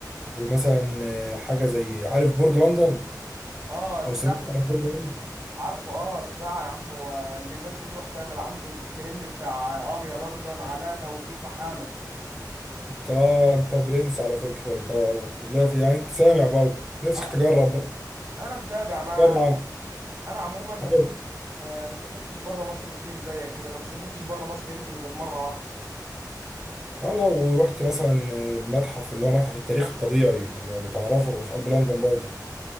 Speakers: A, in the centre; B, on the right (about 40°).
A: ومثلا حاجة زي عارف برج لندن
B: اه الساعه
A: أو سمعت عن برج لندن
B: عارفه اه الساعه يا عم هو اللي الناس بتروح تعمل عنده الترند بتاع اه يا لندن علامه وكيف حالك
A: أنت آه، أنت برنس على فكرة أنت لا في يعني أنت سامع برضه نفسك
B: اه
A: تجرب بقى
B: انا متابع انا
A: طبعا
B: انا عموما ما
A: أه
B: آه، ما سافرتش بره مصر كتير زيك كده انا ما سافرتش بره مصر يمكن غير مره واحده
A: آه، لو ورحت مثلا متحف اللي هو متحف التاريخ الطبيعي لو تعرفه في قلب لندن برضه